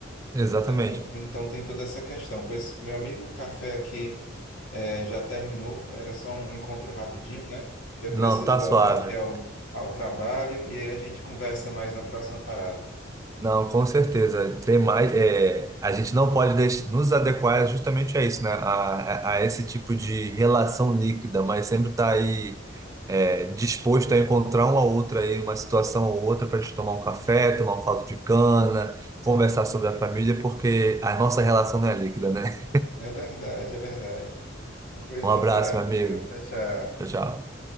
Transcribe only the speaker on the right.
exatamente.
Não,
tá
suave.
Não, com certeza. Tem mais, é, a gente não pode deix- nos adequar justamente a isso, né? A, a a esse tipo de relação líquida, mas sempre tá aí é, disposto a encontrar uma outra aí, uma situação ou outra para a gente tomar um café, tomar um caldo de cana, conversar sobre a família, porque a nossa relação não é líquida, né?
Um
abraço,
meu amigo.
Tchau, tchau.